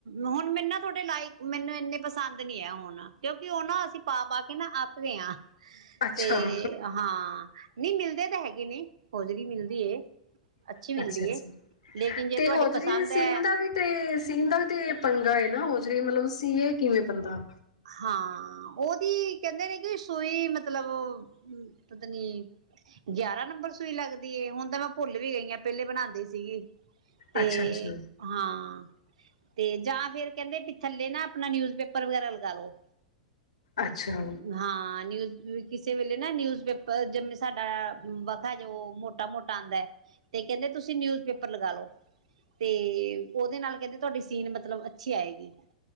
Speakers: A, on the right (about 60°); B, on the left (about 65°).
A: ਹੁਣ ਮੈਰੇੂੰ ਨਾ ਤੁਹਾਡੇ ਲਾਇਕ ਮੈਨੂੰ ਇੰਨੇ ਪਸੰਦ ਨੀ ਹੈ ਹੁਣ ਕਿਉਂਕਿ ਉਹ ਨਾ ਅਸੀਂ ਪਾ ਪਾ ਕੇ ਨਾ ਅੱਕ ਗਏ ਹਾਂ
B: ਅੱਛਾ
A: ਤੇ ਹਾਂ ਨਹੀਂ ਮਿਲਦੇ ਤਾਂ ਹੈਗੇ ਨਹੀਂ ਹੋਜਰੀ ਮਿਲਦੀ ਅੱਛੀ
B: ਅੱਛਾ
A: ਮਿਲਦੀ
B: ਅੱਛਾ
A: ਲੇਕਿਨ ਜੇ
B: ਤੇ
A: ਤੁਹਾਡੀ
B: ਹੋਜਰੀ
A: ਪਸੰਦ
B: ਸੀਨ
A: ਹੈ
B: ਦਾ ਵੀ ਤੇ ਸੀਨ ਦਾ ਵੀ ਤੇ ਪੰਗਾ ਏ ਨਾ ਉਹ ਜਹ ਮਤਲਬ ਸੀਏ ਕਿਵੇਂ ਬੰਦਾ
A: ਹਾਂ ਉਹਦੀ ਕਹਿੰਦੇ ਨੇ ਕਿ ਸੂਈ ਮਤਲਬ ਪਤਾ ਨ ਗਿਆਰਾਂ ਨੰਬਰ ਸੂਈ ਲੱਗਦੀਏ ਹੁਣ ਤਾਂ ਮੈਂ ਭੁੱਲ ਵੀ ਗਈ ਹਾਂ ਪਹਿਲੇ ਬਣਾਉਂਦੀ ਸੀਗੀ ਤੇ
B: ਅੱਛਾ ਅੱਛਾ
A: ਹਾਂ ਤੇ ਜਾਂ ਫੇਰ ਕਹਿੰਦੇ ਵੀ ਥੱਲੇ ਨਾ ਆਪਣਾ ਨਿਊਜ਼ਪੇਪਰ ਵਗੈਰਾ ਲਾਲੋ
B: ਅੱਛਾ
A: ਹਾਂ ਨਿਜ ਕਿਸੇ ਵੇਲੇ ਨਾ ਨਿਊਜ਼ ਪੇਪਰ ਜਿਵੇਂ ਸਾਡਾ ਵਖਾ ਜੋ ਮੋਟਾ ਮੋਟਾ ਆਉਂਦਾ ਹੈ ਤੇ ਕਹਿੰਦੇ ਤੁਸੀਂ ਨਿਊਜ ਪੇਪਰ ਲਗਾਲੋ ਤੇ ਉਹਦੇ ਨਾਲ ਕਹਿੰਦੇ ਤੁਹਾਡੀ ਸੀਨ ਮਤਲਬ ਅੱਛੀ ਆਏਗੀ